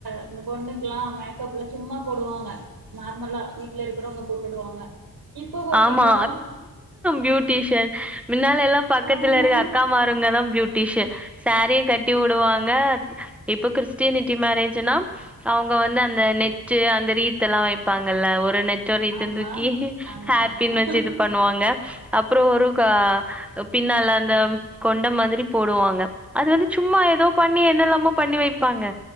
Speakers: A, on the right (about 75°); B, in the centre.
A: அந்த பொண்ணுக்லா மேக் கப்லா சும்மா போடுவாங்க நார்மலா வீட்ல இருக்குறவுங்க போட்டுடுவாங்க இப்ப பாத்தீங்களா
B: ஆமா பியூட்டிஷியன் மின்னால எல்லா பக்கத்துல
A: ஆமா
B: இருக்க அக்கா மாருங்கதா பியூட்டிஷியன் சாரீயு
A: ம்
B: கட்டி வுடுவாங்க இப்ப கிறிஸ்டினிட்டி மேரேஜுனா அவுங்க வந்து
A: ஆ
B: அந்த நெட் டு அந்த ரீத்தல்லா வைப்பாங்கல்ல ஒரு நெ ட்டு ரீத்துந்தூக்கி
A: ஆமா ஆமா
B: ஹேர்
A: ஆமா
B: பின் வச்சு
A: ம்
B: இது பண்ணுவாங்க அப்றோ
A: ம்
B: ஒரு க பின்னால அந்த கொண்ட மாதிரி போடுவாங்க அது வந்து சும்மா எதோ பண்ணி என்னல்லாமோ பண்ணி வைப்பாங்க